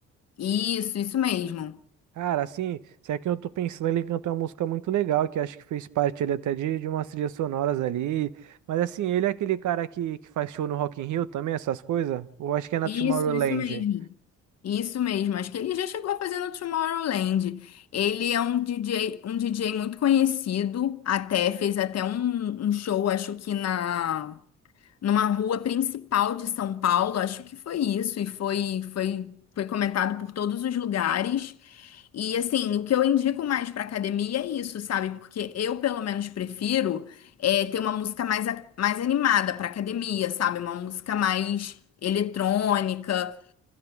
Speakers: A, on the left; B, on the right.
A: Isso, isso mesmo.
B: Cara, assim, se é que eu tô pensando, ele cantou uma música muito legal, que acho que fez parte ali até de, de umas trilhas sonoras ali. Mas assim, ele é aquele cara que, que faz show no Rock in Rio também, essas coisas? Ou acho que é na
A: Isso,
B: Tomorrowland?
A: isso mesmo. Isso mesmo. Acho que ele já chegou a fazer no Tomorrowland. Ele é um DJ, um DJ muito conhecido, até fez até um, um show, acho que na numa rua principal de São Paulo, acho que foi isso e foi foi foi comentado por todos os lugares. E assim, o que eu indico mais pra academia é isso, sabe? Porque eu pelo menos prefiro é, ter uma música mais, a- mais animada pra academia, sabe? Uma música mais eletrônica